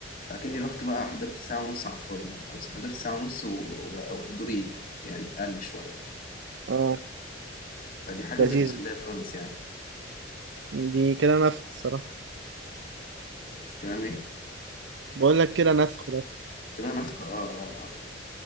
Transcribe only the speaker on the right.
اه
لذيذ
دي كده نفخ الصراحه
بقول لك كده نفخ